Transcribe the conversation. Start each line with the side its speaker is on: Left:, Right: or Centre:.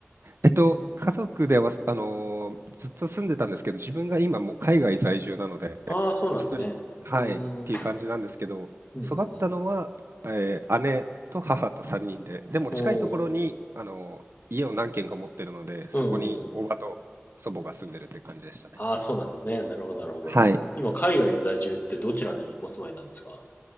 Right: えっと、家族では、あの、ずっと住んでたんですけど、自分が今もう海外在住なので、
Left: ああー、そうなんですね。
Right: 一人、はい、
Left: うーん、
Right: っていう感じなんですけど、
Left: うん、うん、
Right: 育ったのは、
Left: うん。
Right: えー姉と母と3人で、でも近いところに、
Left: おー、
Right: あの、家を何軒か持ってるので、そこに叔母と祖母が住んでるって感じでしたね。
Left: うん、うん、うん。ああ、そうなんですね。なるほど、なるほど。
Right: はい。
Left: 今、海外在住ってどちらにお住まいなんですか